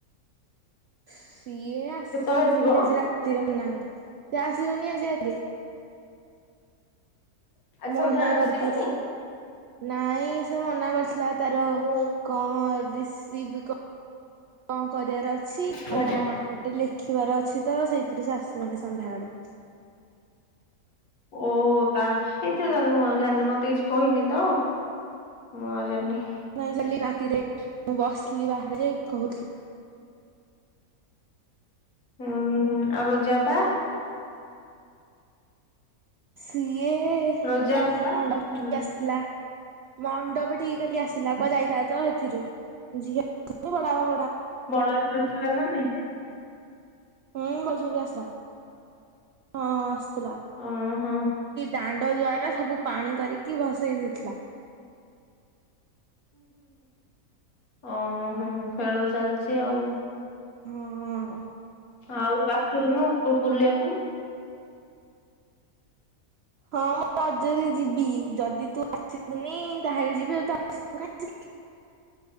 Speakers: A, on the right; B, on the left.
A: ସିଏ
B: କେତେବେଳେ
A: ଆସିବନି
B: ଆସିବ
A: ଆଜି ରା ରାତିରେ ମନା କରିଚି।
B: ଆଜି
A: ମନା
B: ସନ୍ଧ୍ୟାବେଳେ
A: କରି
B: ଆସିବନି
A: ଦେଇଥିଲା। ନାଇଁ, ସେ ମନା କରିଥିଲା, ତାର
B: ଓ
A: କଣ ରିସିଭ କଣ କରିବାର ଅଛି
B: କୁଆଡେ
A: ଆଉ କଣ ଲେଖିବାର ଅଛି ତ ସେଇଥିରୁ ସେ ଆସିବନି ସନ୍ଧ୍ୟାବେଳେ।
B: ଓ ତା ହେଇଥିବ, ତା ହେଲେ ମୁଁ ଆଉ ଜାଣିନି। ମତେ କିଛି କହିନି ତ। ମୁଁ ଆଉ ଜାଣିନି।
A: ନାଇଁ, କାଲି ରାତିରେ ମୁଁ ବସିଥିଲି ବାହାରେ କହୁଥିଲି।
B: ଉଁ ହୁଁ, ଆଉ ରୋଜା ଆପା।
A: ସିଏ
B: ରୋଜା
A: କାଲି
B: ଆପା
A: ମଣ୍ଡପକୁ
B: ହୁଁ
A: ଆସିଥିଲା। ମଣ୍ଡପଠିକି କାଲି ଆସିଲା, କୁଆଡ଼େ ଯାଇଥିଲା ତ ସେଥିରୁ ଝିଅକୁ ବଡ ଆପା
B: ବଡ ଆସି ଥିଲା ନା ନାଇଁ।
A: ହୁଁ ବଝିଆ ବି ଆସିଲା ହଁ, ଆସିଥିଲା।
B: ଓହୋ
A: ଦାଣ୍ଡ ଦୁଆର ସବୁ ପାଣି କରିକି ଭସେଇ ଦେଇଥିଲା।
B: ଓ ହୋ ଖେଳ ଚାଲିଛି ଆଉ।
A: ହଁ।
B: ଆଉ ଆସିବୁନୁ <unintelligible>
A: ହଁ, ମୁଁ ରଜରେ ଯିବି। ଯଦି ତୁ ଆସିବୁନି ତା ହେଲେ ଯିବି। <unintelligible>